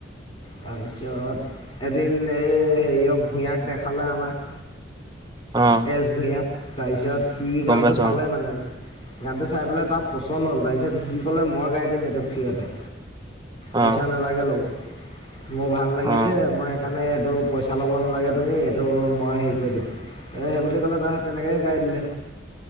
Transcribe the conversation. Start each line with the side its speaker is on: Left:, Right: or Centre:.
Left: তাৰপিছত এদিন এই হেৰি অ ভূঞাক দেখালে আমাৰ
Right: অ',
Left: এছ ভূঞাক তাৰপিছত সি গানটো
Right: গম পাইছোঁ
Left: চালে মানে গানটো চাই পেলাই তাৰ পচন্দ হ'ল তাৰপিছত সি ক'লে মই গাই দিম এইটো ফ্ৰতে পইচা
Right: অ', অ'।
Left: নালাগে ল'ব মোৰ ভাল লাগিছে,
Right: অ',
Left: মই সেইকাৰণে এইটো পইচা ল'ব নালাগে, তুমি এইটো মই হেৰি এই সেইবুলি ক'লে তাহে তেনেকৈে গাই দিলে।